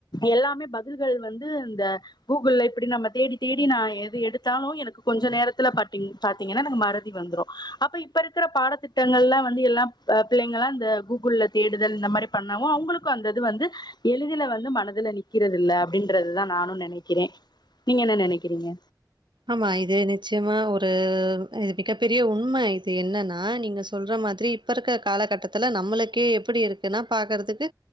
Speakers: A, on the left; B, on the right.
A: எல்லாமே பதில்கள் வந்து இந்த கூகுள்ள இப்படி நம்ம தேடி தேடி நா எது எடுத்தாலும் எனக்கு கொஞ்சம் நேரத்துல பாத் பாத்தீங்கன்னா எனக்கு மறதி வந்துரும் அப்ப இப்ப இருக்கிற பாடத்திட்டங்கள்லா வந்து எல்லா அ பிள்ளைங்களா இந்த கூகுள்ள தேடுதல் இந்த மாரி பண்ணவு அவங்களுக்கு அந்த இது வந்து எளிதில வந்து மனதுல நிக்கிறது இல்ல அப்படின்றதுதா நான நெனைக்கிறே நீங்க என்ன நெனைக்கிறீங்க
B: ஆமா இது நிச்சயமா ஒரு இது மிகப்பெரிய உண்ம இது என்னன்னா நீங்க சொல்ற மாதிரி இப்ப இருக்கிற காலகட்டத்துல நம்மளுக்கே எப்படி இருக்குன்னா பாக்குறதுக்கு